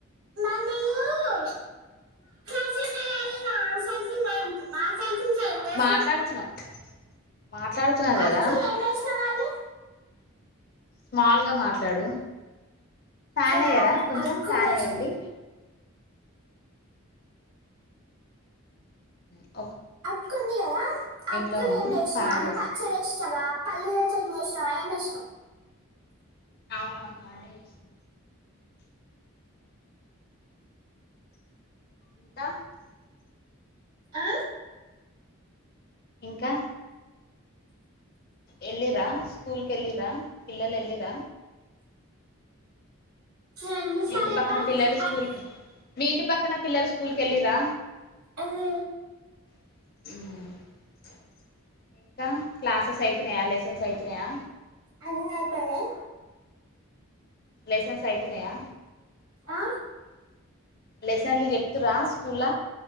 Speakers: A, on the right; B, on the left.
A: మరియు <unintelligible> చేస్తారు
B: మాట్లాడుతున్నా మాట్లాడుతున్నా కదా
A: అక్కు ఏం చేసిన వాళ్ళు
B: స్మాల్గా మాట్లాడు ఫ్యాన్
A: సరే
B: ఎయ్యరా కొంచెం
A: అక్కులు
B: ఫ్యాన్
A: వేసిన
B: ఎయండి అ
A: అకుంది కదా అటుకులు
B: లో ఉండు
A: ఏం వేసినా
B: ఫ్యాన్
A: అంటే
B: వేసుకుంటా
A: పచ్చడి ఏసీనవా పల్ మచ్ ఏశినవా ఎం ఏషినవ్
B: అవునవును అదే ఏశిన ఇంకా
A: ఆ
B: ఇంకా ఎల్లిర్ర స్కూల్ కేళ్ళిర్రా పిల్లలు ఎళ్లిర్ర
A: ఎన్ని
B: మీ
A: సార్లు
B: ఇంటి
A: చెప్పాలి?
B: పక్కన పిల్లలు స్కూల్
A: అ-
B: క్ మీ ఇంటి పక్కన పిల్లలు స్కూల్ కేల్లిర్ర
A: అది
B: మ్ ఇంకా క్లాసెస్ అయితున్నాయా లెసన్స్ అయితున్నాయా
A: అన్ని అయిపోనయ్
B: లైసెన్స్ అయితునాయా?
A: ఆ
B: లెసన్లు చెప్తుార స్కూల?